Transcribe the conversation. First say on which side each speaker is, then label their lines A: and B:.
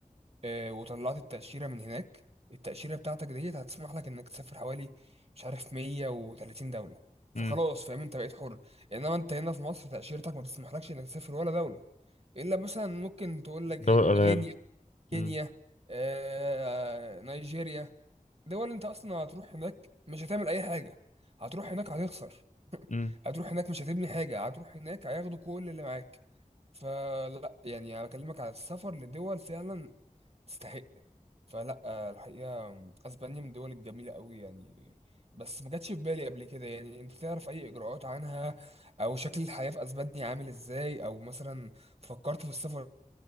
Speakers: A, on the right; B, on the left.
A: اه، وطلعت التاشيره من هناك التاشيره بتاعتك ديت هتسمح لك انك تسافر حوالي مش عارف 130 دوله فخلاص
B: مم.
A: فاهم انت بقيت حر انما انت هنا في مصر تاشيرتك ما بتسمحلكش انك تسافر ولا دوله الا مثلا ممكن تقول لك
B: دول
A: غ-
B: قليلة
A: غينيا كينيا
B: مم.
A: آه، نيجيريا دول انت اصلا هتروح هناك مش هتعمل اي حاجه هتروح هناك هتخسر <laughs>
B: مم.
A: هتروح هناك مش هتبني حاجه هتروح هناك هياخدوا كل اللي معاك فلا يعني انا بكلمك على السفر لدول فعلا تستحق فلا آه، الحقيقه اسبانيا من الدول الجميله قوي يعني بس ما جاتش في بالي قبل كده يعني انت تعرف اي اجراءات عنها او شكل الحياه في اسبانيا عامل ازاي او مثلا فكرت في السفر